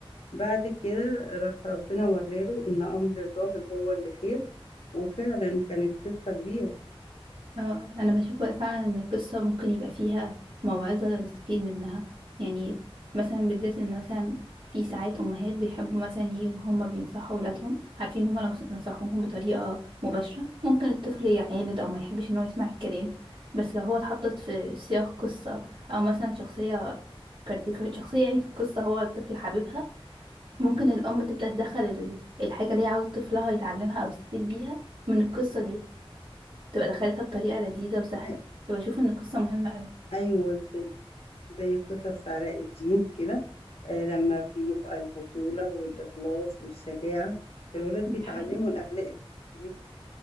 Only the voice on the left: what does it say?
بعد كده راح ربنا وراله إن أمر الراهب هو اللي خير وفعلا كانت قصة كبيرة
أي-
أيوة زي, زي قصص علاء الدين كده آه، لما بيبقى البطولة والإخلاص والشجاعة الولاد
بيتعلموا
الأخلاق دي